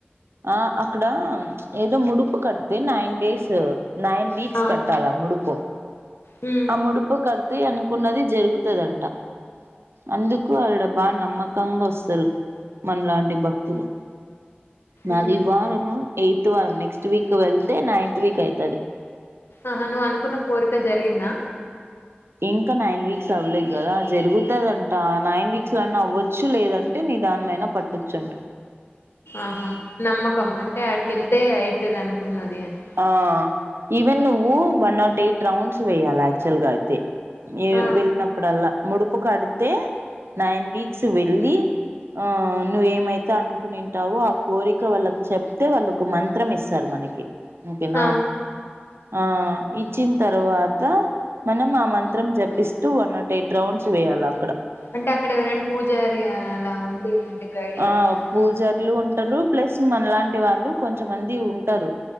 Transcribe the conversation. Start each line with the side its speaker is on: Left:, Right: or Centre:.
Right: ఆ అక్కడ ఏదో ముడుపు కడితే నైన్ డేస్ నైన్ వీక్స్
Left: ఆ
Right: కట్టాలా ముడుపు
Left: ఉమ్
Right: ఆ ముడుపు కడు త్ తే అనుకున్నది జరుగుతుదంట అందుకు ఆవిడ బాగా డ నమ్మకంగా వస్తారు మనలాంటి భక్తులు నాదివాారము
Left: ఉహు
Right: ఎయిత్ వారం నెక్స్ట్ వీక్ వెళ్తే నైన్త్ వీక్ అయితది
Left: ఆహా నువ్వు అనుకున్న కోరిక జరిగిందా
Right: ఇంకా నైన్ వీక్స్ అవ్వలేదు కదా జరుగుతదంట నైన్ వీక్స్ లాన్న అవ్వచ్చు లేదంటే నిీ దానిమైైన పట్టొచ్చు అంట
Left: ఆహా నమ్మకమ్మ అంటే ఆడికి వెళ్తే అయితే అనుకున్నది అని
Right: ఆ ఈవెన్ నువ్వు వన్ నాట్ ఎయిట్ రౌండ్స్ వేయాలి యాక్చువల్ గా అయితే ఏ
Left: ఆ
Right: వెళ్ళినప్పుడల్లా ముడుపు కడితే నైన్ వీక్స్ వెళ్ళి ఆ నువ్వ ఏమైతే అనుకునింటావో ఆ కోరిక వాళ్ళకి చెప్తే వాళ్ళు ఒక మంత్రం ఇస్తారు మనకి ఓకేనా
Left: ఆ
Right: ఆ ఇ వచ్చిన తర్వాత మనం ఆ మంత్రం జపిస్తూ వన్ నాట్ ఎయిట్ రౌండ్స్ వేయాల అక్కడ
Left: అంటే అక్కడ ఎవరైనా పూజారి అలా ఉండి అంటే గైడ్ చేస్తారా
Right: ఆ పూజారులు ఉంటారు ప్లస్ మనలాంటి వాళ్ళు కొంచెమంది ఉంటారు